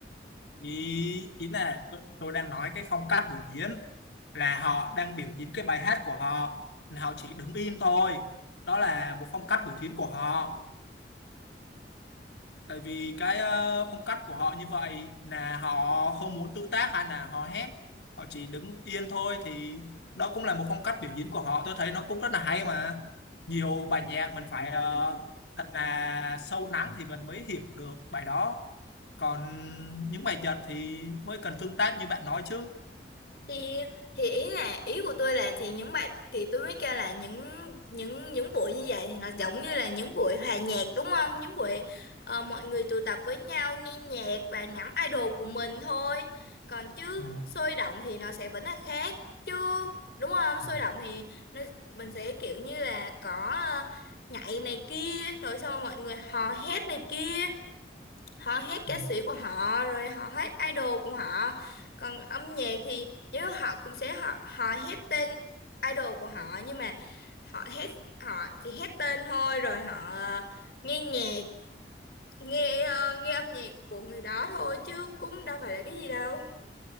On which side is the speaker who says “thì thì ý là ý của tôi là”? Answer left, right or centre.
Left